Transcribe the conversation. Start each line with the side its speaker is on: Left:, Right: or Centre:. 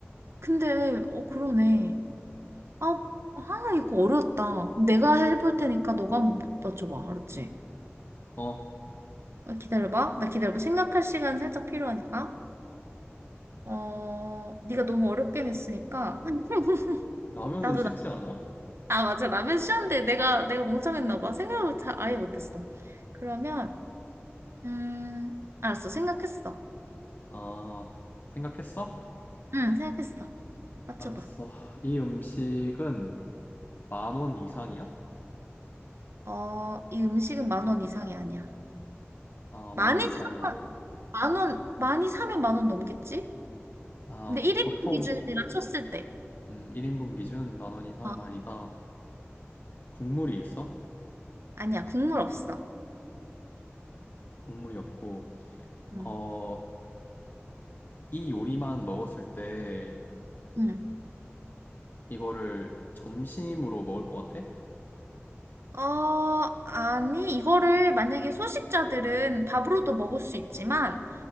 Right: 근데, 어, 그러네. 아, 아, 이거 어려웠다. 내가 해볼 테니까 너가 한번 맞춰봐. 알았지?
Left: 어,
Right: 어, 기다려봐. 나 기다려봐. 생각할 시간 살짝 필요하니까. 어, 네가 너무 어렵게 했으니까. <laughs>
Left: 라면은
Right: 나도
Left: 쉽지
Right: 나,
Left: 않아?
Right: 아, 맞아. 라면 쉬웠는데 내가, 내가 멍청했나 봐. 생각을 잘 아예 못했어. 그러면, 음, 알았어. 생각했어.
Left: 아, 생각했어?
Right: 응, 생각했어. 맞춰봐.
Left: 알았어. 이 음식은 만원 이상이야?
Right: 어, 이 음식은 만원 이상이 아니야.
Left: 아,
Right: 많이
Left: 만원 이상이
Right: 사면,
Left: 아니야.
Right: 만 원, 많이 사면 만원 넘겠지?
Left: 아,
Right: 근데 1인분
Left: 보- 통
Right: 기준이라 쳤을 때.
Left: 음, 1인분 기준 만원 이상은
Right: 어.
Left: 아니다. 국물이 있어?
Right: 아니야, 국물 없어.
Left: 국물이 없고.
Right: 응.
Left: 어, 이 요리만 먹었을 때
Right: 응.
Left: 이거를 점심으로 먹을 것 같아?
Right: 어, 아니, 이거를 만약에 소식자들은 밥으로도 먹을 수 있지만,